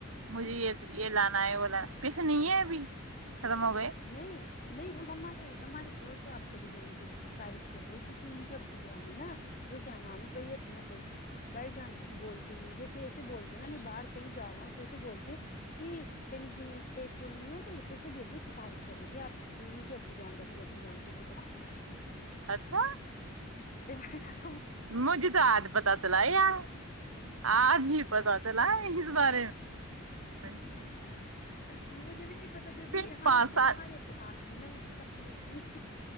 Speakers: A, on the right (about 85°); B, on the left (about 40°).
A: مجھے
B: ہمم
A: یہ یہ لانا ہے وہ لا کھ نہیں ہے ابھی ختم ہو گئے
B: نہیں نہیں ہمارے ہمارے شور تو آپ ب جان کی تعریف کر رہی کہ ان کے ابو جان ہے نا جو کیا نام ہے بھ ا مطلب بھائی جان کچھ بولتے نہیں جیسے ایسے بول د نا میں باہر کہیں جا رہا ہوں تو ایسے بول کہ ٹنکی میں پیٹرول نہیں ہوگ لیے پیسے دو تو تعریف کر دیتی ہے آپ ان کے ابو جان تو اپنے ابو جان سے بہت اچھے ہیں
A: اچھا
B: ج
A: مجھے تو آج پت چلا یار آج ہی پتا چلا اس بارے میں
B: مجھے بھی نہیں پتا دیک
A: پھر
B: ہمارے
A: پانچ
B: کیونکہ
A: سات
B: ہمارے آپ کے ہیں نا ویسے سب کے س